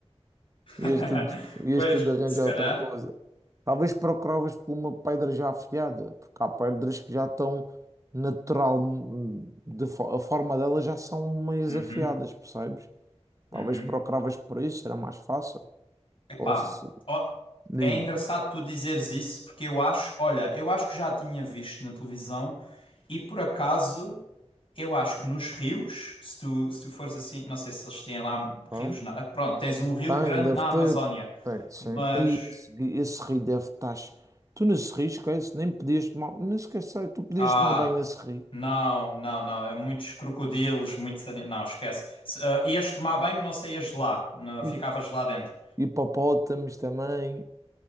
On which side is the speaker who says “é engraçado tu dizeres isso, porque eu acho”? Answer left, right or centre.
Left